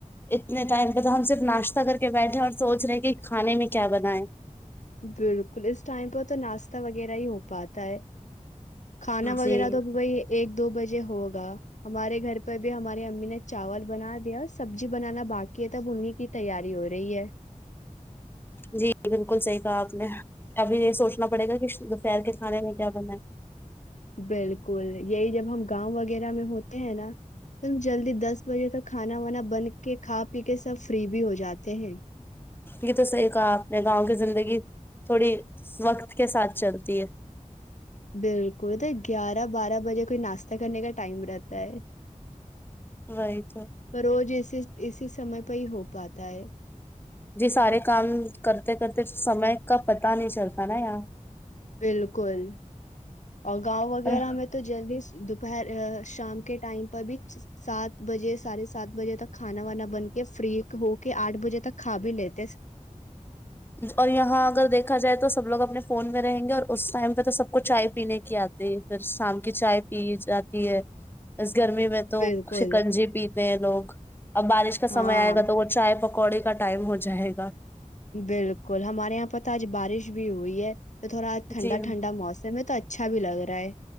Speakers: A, on the left; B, on the left.
A: اتنے ٹائم پہ تو ہم صرف ناشتہ کر کے بیٹھے اور سوچ رہے ہیں کہ کھانے میں کیا بنائےیں
B: بالکل اس ٹائم پر تو ناشتہ وغیرہ ہی ہو پاتا ہے کھانا وغیرہ
A: جی
B: تو بی ایک دو بجے ہوگا ہمارے گھر پر ہماری امی نے چاول بنا دیا سبزی بنانا باقی ہے تب انہیں کی تیاری ہو رہی ہے
A: جی بالکل صحیح کہا آپ نے ابھی یہ سوچنا پڑے گا کہ دوپہر کے کھانے میں کیا بناائے
B: بالکل یہی جب ہم گاؤں وغیرہ میں ہوتے ہیں نا تم جلدی دس بجے تک کھانا وانا بن کے کھا پی کے سب فری بھی ہو جاتے ہیں
A: یہ تو صحیح کہا آپ نے گاؤں کی زندگی تھوڑی وقت کے ساتھ چلتی ہے
B: بالکل تو گیارہ بارہ بجے کوئی ناشہ کرنے کا ٹائم رہتا ہے
A: وہی تو
B: پر روز اسی اسی سمے پہ ہی ہو پاتا ہے
A: جی سارے کام کرتے کرتے سمے کا پتا نہیں چلتا پا
B: بالکل اور گاؤں وغیرہ
A: اور
B: میں تو جلدی دوپہر شام کے ٹائم پر بھی سات بجے سارے سات بجے تک کھانا وانا بن فری ہو کے آٹھ بجے تک کھ بھی لےتے
A: اور یہاں اگر دیکھا جائے تو سب لوگ اپنے فون میں رہیں گے اور اس ٹائم پہ تو سب کو چائے پینے کی آتی ہے پھر شام کی چائے پی جاتی ہے گرمی میں تو
B: بالکل
A: شکنجی پیتے ہیں لوگ اب بارش کا
B: ہاں
A: سمے آئے گا تو وہ چائے پک پکوڑے کا ٹائم ہو جائے گا
B: بالکل ہمارے یہاں پت آج بارش بھی ہوئی ہے تو تھوڑا ٹھنڈ
A: جی
B: ٹنڈا موسم ہے تو اچھا لگ رہا ہے